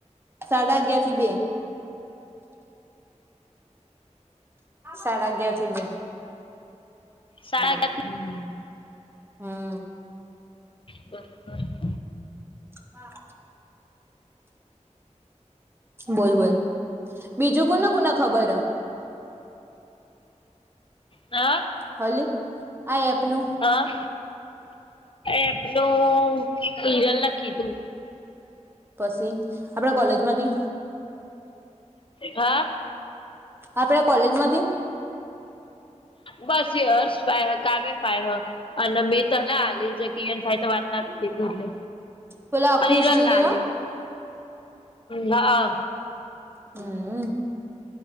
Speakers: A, on the right; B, on the left.
A: સાડા અગયાર થી બે. સાડા અગિયાર થી બે.
B: સાડાગ
A: હમ
B: બ
A: હમ
B: બરોબર.
A: હા. બોલ બોલ બીજું કોને કોને ખબર હ?
B: અહા.
A: હોલી આ એપ નું
B: હા, એપ નું હિરલ ના કીધું.
A: પછી આપડા કોલેજ માં બી
B: હા.
A: આપડા કોલેજ માં દી
B: બસ યે હર્સ ફાય કાર રે ફાય હ અને મી ત ના આલી. જેન પી એન ફાય તો વાત ના કરતીલે
A: પેલા આખુશ
B: એની એર
A: જોડે
B: લાલી.
A: હ
B: હ હા હા.
A: હમ્મ.